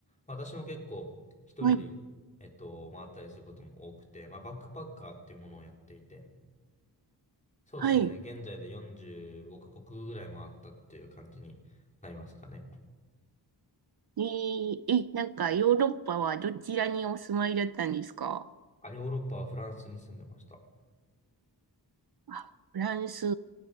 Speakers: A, on the left; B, on the right.
A: まあ私も結構一人で、
B: はい、
A: えっと、回ったりすることも多くて、まあバックパッカーっていうものをやっていて、そうですね。
B: はい。
A: 現在で45カ国ぐらい回ったっていう感じになりますかね。
B: えーえ、なんかヨーロッパはどちらにお住まいだったんですか
A: あ、ヨーロッパはフランスに住んでました。
B: あ、フランス。